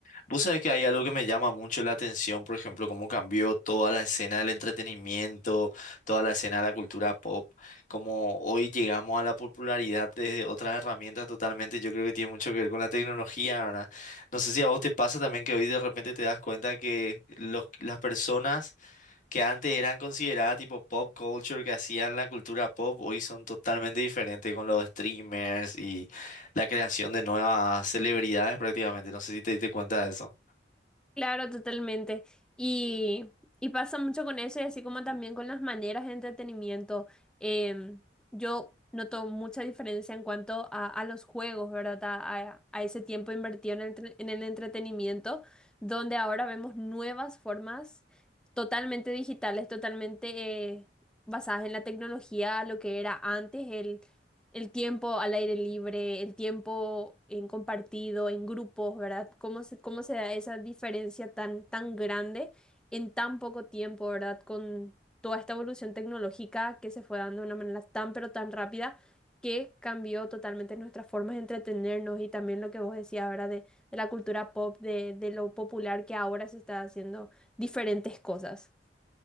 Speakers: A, on the left (about 45°); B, in the centre.
A: Vos sabés que hay algo que me llama mucho la atención, por ejemplo, cómo cambió toda la escena del entretenimiento, toda la escena de la cultura pop, cómo hoy llegamos a la popularidad desde otras herramientas totalmente, yo creo que tiene mucho que ver con la tecnología, ¿verdad? No sé si a vos te pasa también que hoy de repente te das cuenta que los, las personas que antes eran consideradas tipo pop culture, que hacían la cultura pop, hoy son totalmente diferentes con los streamers y la creación de nuevas celebridades prácticamente, no sé si te diste cuenta de eso.
B: Claro, totalmente. Y, y pasa mucho con eso y así como también con las maneras de entretenimiento. Em, yo noto mucha diferencia en cuanto a, a los juegos, ¿verdad? A, a- a ese tiempo invertido en el, tre- en el entretenimiento, donde ahora vemos nuevas formas totalmente digitales, totalmente eh, basadas en la tecnología, lo que era antes el tiempo al aire libre, el tiempo en compartido, en grupos, ¿verdad? ¿Cómo se, cómo se da esa diferencia tan, tan grande en tan poco tiempo, ¿verdad? Con toda esta evolución tecnológica que se fue dando de una manera tan, pero tan rápida que cambió totalmente nuestras formas de entretenernos y también lo que vos decías, ahora De, de la cultura pop, de, de lo popular que ahora se está haciendo diferentes cosas.